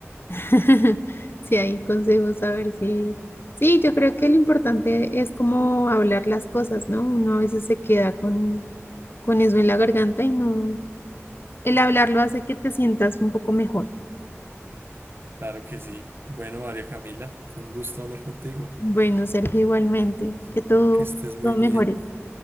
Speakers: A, on the left; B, on the right.
A: <laughs> Sí, hay consejos, a ver si... Sí, yo creo que lo importante es como hablar las cosas, ¿no? Uno a veces se queda con, con eso en la garganta y no... El hablarlo hace que te sientas un poco mejor.
B: Claro que sí. Bueno, María Camila, fue un gusto hablar contigo.
A: Bueno, Sergio, igualmente, que todo,
B: Que estés muy
A: todo
B: bien.
A: mejore.